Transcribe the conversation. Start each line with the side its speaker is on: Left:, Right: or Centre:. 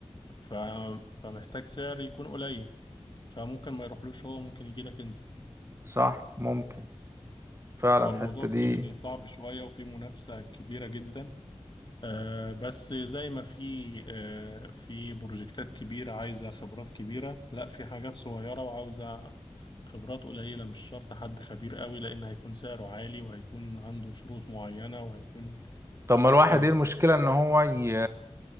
Left: ف... فمحتاج سعر يكون قليل فممكن ما يروحلوش هو ممكن يجي لك انت
Right: صح ممكن فعلا
Left: هو
Right: الحتة
Left: الموضوع
Right: دي
Left: في- يعني صعب شوية وفي منافسة كبيرة جدا آه بس زي ما في آه في بروجكتات كبيرة عايزة خبرات كبيرة لا في حاجات صغيرة وعاوزة خبرات قليلة مش شرط حد خبير قوي لأن هيكون سعره عالي وهيكون عنده شروط معينة وهيكون
Right: طب ما الواحد
Left: كده
Right: ايه المشكلة ان هو ي...